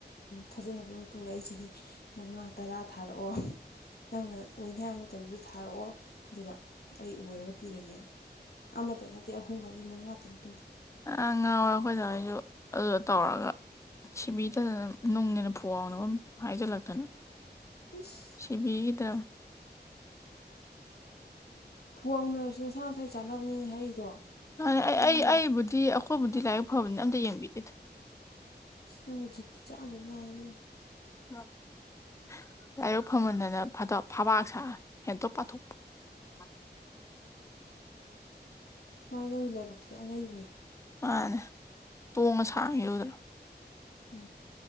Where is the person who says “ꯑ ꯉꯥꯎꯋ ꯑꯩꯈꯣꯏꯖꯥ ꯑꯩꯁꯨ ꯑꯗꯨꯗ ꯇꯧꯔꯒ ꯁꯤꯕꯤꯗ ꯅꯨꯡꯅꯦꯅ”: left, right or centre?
Left